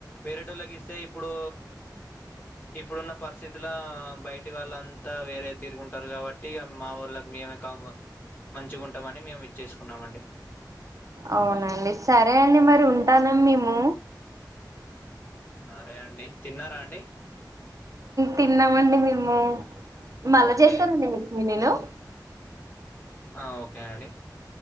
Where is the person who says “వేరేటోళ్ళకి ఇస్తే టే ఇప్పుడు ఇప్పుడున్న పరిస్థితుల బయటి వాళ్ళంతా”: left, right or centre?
Left